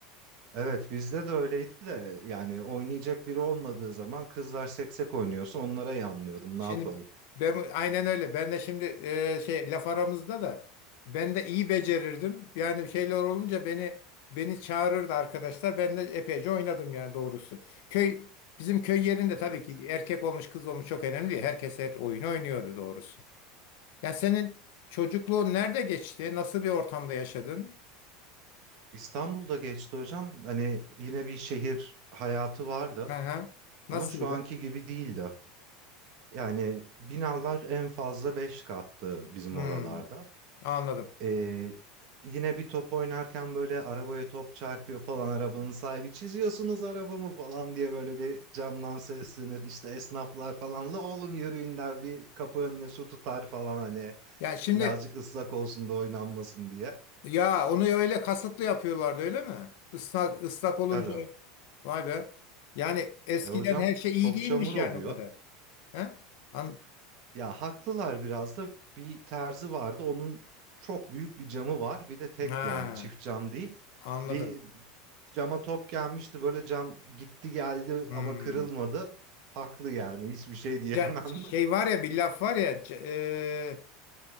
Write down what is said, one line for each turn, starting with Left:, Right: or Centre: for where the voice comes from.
Right: Evet bizde de öyleydi de yani oynayacak biri olmadığı zaman kızlar seksek oynuyorsa onlara yanlıyordum
Left: Şimdi
Right: ne yapalım.
Left: ben aynen öyle. Ben de şimdi e, şey laf aramızda da ben de iyi becerirdim. Yani şeyler olunca beni beni çağırırdı arkadaşlar. Ben de epeyce oynadım yani doğrusu. Köy bizim köy yerinde
Right: <laughs>
Left: tabii ki erkek olmuş kız olmuş çok önemli değil. Herkes her oyunu oynuyordu doğrusu. Ya senin çocukluğun nerede geçti? Nasıl bir ortamda yaşadın?
Right: İstanbul'da geçti hocam. Hani yine bir şehir hayatı vardı
Left: Aha, nasıldı?
Right: ama şu anki gibi değildi. Yani binalar en fazla 5 kattı bizim
Left: Hmm,
Right: oralarda.
Left: anladım.
Right: Ee, yine bir top oynarken böyle arabaya top çarpıyor falan arabanın sahibi çiziyorsunuz arabamı falan diye böyle bir camdan seslenir. İşte esnaflar falan la oğlum yürüyün der bir kapı önüne su tutar falan hani
Left: Ya şimdi
Right: birazcık ıslak olsun da oynanmasın diye.
Left: Ya onu ya öyle kasıtlı yapıyorlardı öyle mi? Islak, ıslak olunca
Right: Tabii.
Left: öyle. vay be. Yani eskiden
Right: E hocam
Left: her şey iyi
Right: top
Left: değilmiş
Right: çamur oluyor.
Left: yani o kadar. He? An
Right: Ya haklılar biraz da bir terzi vardı. Onun çok büyük bir camı var. Bir de tek
Left: ha,
Right: yani çift cam değil.
Left: anladım.
Right: Bir cama top gelmişti böyle cam gitti geldi
Left: Hmm.
Right: ama kırılmadı. Haklı yani hiçbir şey diyemem.
Left: Ca- şey
Right: <laughs>
Left: var ya bir laf var ya ca- e,